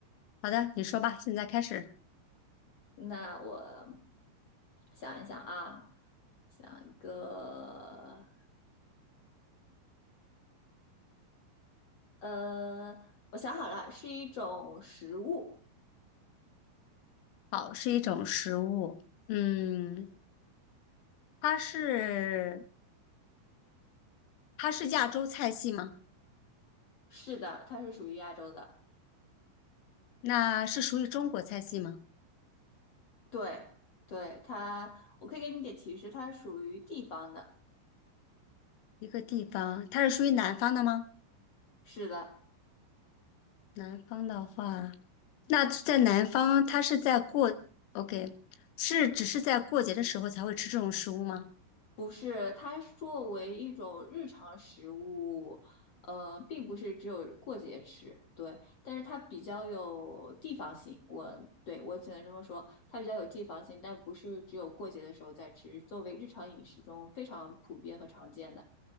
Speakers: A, on the left (about 90°); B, on the left (about 60°).
A: 好的，你说吧，现在开始。
B: 那我想一想啊，想一个，呃，我想好了，是一种食物。
A: 好，是一种食物，嗯，它是。它是亚洲菜系吗？
B: 是的，它是属于亚洲的。
A: 那是属于中国菜系吗？
B: 对，对，它，我可以给你点提示，它属于地方的。
A: 一个地方，它是属于南方的吗？
B: 是的，
A: 南方的话，那在南方，它是在过，OK，是只是在过节的时候才会吃这种食物吗？
B: 不是，它作为一种日常食物，呃，并不是只有过节吃，对，但是它比较有地方性，我对我只能这么说，它比较有地方性，但不是只有过节的时候在吃，作为日常饮食中非常普遍和常见的。